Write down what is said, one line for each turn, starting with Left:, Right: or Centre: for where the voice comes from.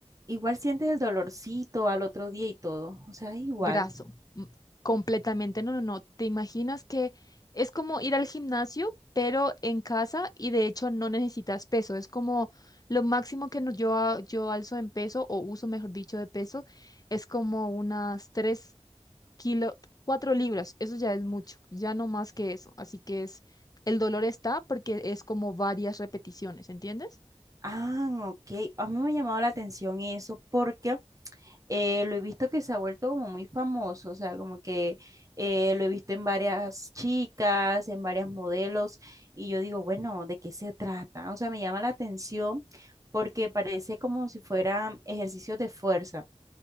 Right: Igual sientes el dolorcito al otro día y todo, o sea, es igual.
Left: brazo. m- Completamente, no, no, no. ¿Te imaginas que es como ir al gimnasio, pero en casa y de hecho no necesitas peso? Es como lo máximo que no- yo, a- yo alzo en peso o uso, mejor dicho, de peso, es como unas 3 kilos, 4 libras. Eso ya es mucho, ya no más que eso. Así que es, el dolor está porque es como varias repeticiones, ¿entiendes?
Right: Ah, ok. A mí me ha llamado la atención eso porque eh, lo he visto que se ha vuelto como muy famoso, o sea, como que eh, lo he visto en varias chicas, en varias modelos, y yo digo, bueno, ¿de qué se trata? O sea, me llama la atención porque parece como si fueran ejercicios de fuerza.